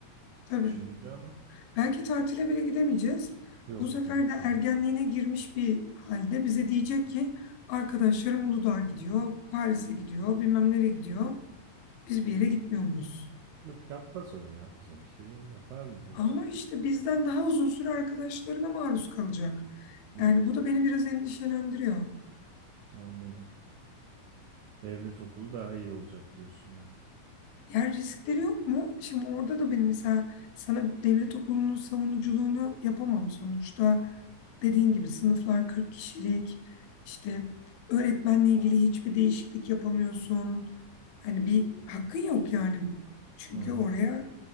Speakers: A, on the left; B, on the right.
A: Tabii.
B: düşününce ama
A: Belki tatile bile gidemeyeceğiz.
B: yok
A: Bu sefer
B: mümkün
A: de ergenliğine
B: değil.
A: girmiş bir halde bize diyecek ki arkadaşlarım Uludağ'a gidiyor, Paris'e gidiyor, bilmem nereye gidiyor. Biz bir yere gitmiyor muyuz?
B: Yok yapmaz onu ya bizimki yapar mı diyorsun?
A: Ama işte bizden daha uzun süre arkadaşlarına maruz kalacak.
B: Hmm.
A: Yani bu da beni biraz endişelendiriyor.
B: Anladım. Devlet okulu daha iyi olacak diyorsun ya.
A: Yer riskleri yok mu? Şimdi orada da benim mesela sana devlet okulunun savunuculuğunu yapamam sonuçta. Dediğin gibi sınıflar 40 kişilik. işte öğretmenle ilgili hiçbir değişiklik yapamıyorsun. Hani bir hakkın yok yani. Çünkü
B: Hı hı.
A: oraya